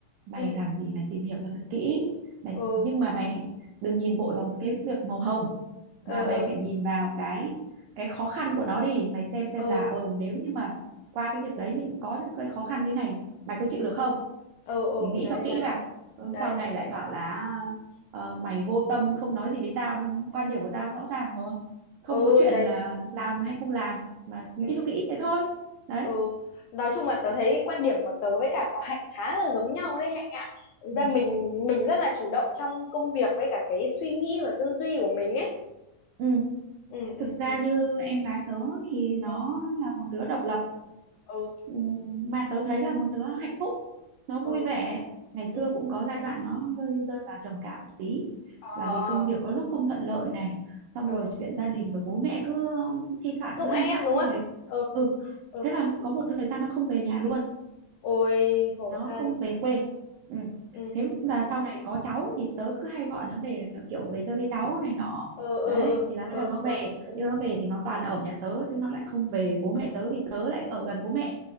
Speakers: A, on the right; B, on the left.
A: mày
B: ừ
A: làm gì mày tìm hiểu cho thật kỹ mày
B: ừ
A: nhưng mà mày đừng nhìn vội vào cái việc màu hồng
B: ừ
A: mà mày
B: ừ
A: phải nhìn vào cái cái khó khăn của nó đi mày xem xem
B: ừ
A: là ờ nếu như mà qua cái việc đấy những có những cái khó khăn như thế này mày có chịu
B: ừ
A: được không
B: ừ ừ
A: thì nghĩ
B: đấy
A: cho
B: đấy
A: kỹ vào Ừ,
B: đấy
A: sau này lại bảo là ờ, mày vô tâm không nói gì với tao nhưng quan điểm của tao rõ ràng rồi không
B: ừ
A: có chuyện
B: đấy
A: là làm hay không làm mà nghĩ
B: ừ
A: cho kỹ thế thôi đấy
B: ừ nói chung là tớ thấy quan điểm của tớ với cả của Hạnh khá là giống nhau đấy Hạnh ạ Thực
A: ừ.
B: ra mình mình rất là chủ động trong công việc với cả cái suy nghĩ và tư duy của mình ấy
A: ừ
B: ừ ừ
A: thực ra
B: ừ
A: như em gái tớ thì nó
B: ừ
A: là một đứa độc lập
B: ừ
A: Ừ, mà tớ thấy là một đứa hạnh phúc nó vui
B: ừ
A: vẻ ngày
B: ừ
A: xưa cũng có giai đoạn nó hơi rơi vào trầm cảm một tí
B: ờ
A: là vì
B: ờ,
A: công việc có lúc không thuận lợi này xong
B: ừ
A: rồi chuyện gia đình rồi bố mẹ cứ thi thoảng
B: thúc
A: cứ hay
B: ép
A: nhắc
B: đúng
A: không
B: không
A: về
B: ừ
A: ừ
B: ừ
A: thế là có một thời gian nó không về nhà luôn
B: ôi khổ
A: nó
B: thân
A: không về quê ừ.
B: ừ
A: thế là sau này có cháu thì tớ cứ hay gọi nó về là kiểu về chơi với cháu này nọ
B: ờ ờ
A: đấy
B: ờ
A: thì là bắt
B: ờ
A: đầu nó
B: ờ
A: về nhưng nó về thì nó toàn ở nhà tớ chứ nó lại không về bố mẹ tớ vì tớ lại ở gần bố mẹ